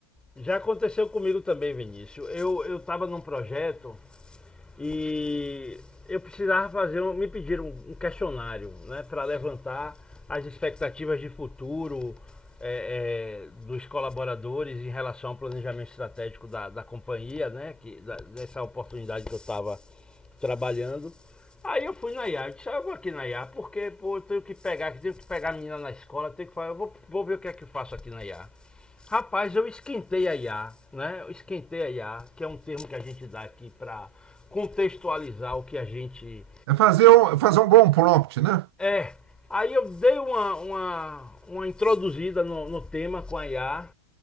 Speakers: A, in the centre; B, on the right.
A: Já aconteceu comigo também, Vinícius. Eu eu estava num projeto E eu precisava fazer, um, me pediram um um questionário, né, para levantar as expectativas de futuro é, é, dos colaboradores em relação ao planejamento estratégico da, da companhia, né, que, da- dessa oportunidade que eu estava trabalhando. Aí eu fui na IA, eu disse, ah, eu vou aqui na IA, porque pô, eu tenho que pegar, tenho que pegar a menina na escola, tenho que falar, eu vou, vou ver o que é que eu faço aqui na IA. Rapaz, eu esquentei a IA, né? Eu esquentei a IA, que é um termo que a gente dá aqui para contextualizar o que a gente
B: é Fazer um, fazer um bom prompt, né?
A: é. Aí eu dei uma, uma, uma introduzida no, no tema com a IA